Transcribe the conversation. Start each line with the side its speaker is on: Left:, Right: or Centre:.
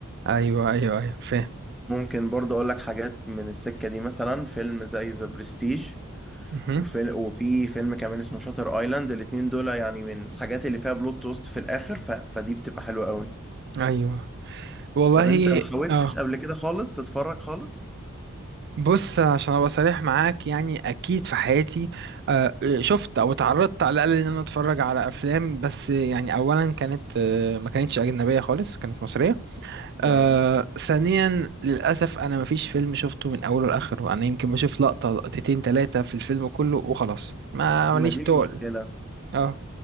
Right: ايوه ايوه ايوه فاهم
Centre: ممكن برضه اقول لك حاجات من السكة دي مثلا فيلم زي ذا برستيج
Right: مهم.
Centre: وفي وفي فيلم كمان اسمه شاتر ايلاند الاتنين دول يعني من الحاجات اللي فيها بلوت توست في الاخر ف... فدي بتبقى حلوة قوي
Right: ايوه والله
Centre: طب انت ما حاولتش
Right: اه
Centre: قبل كده خالص تتفرج خالص
Right: بص عشان ابقى صريح معاك يعني اكيد في حياتي آه، شفت او اتعرضت على الاقل ان انا اتفرج على افلام بس يعني اولا كانت آه، ما كانتش اجنبيه خالص كانت مصريه
Centre: تمام
Right: آه ثانيا للأسف أنا مفيش فيلم شفته من أوله لآخره أنا يمكن بشوف لقطة لقطتين تلاتة في الفيلم كله وخلاص ما
Centre: ما
Right: ماليش
Centre: دي المشكلة
Right: تقل اه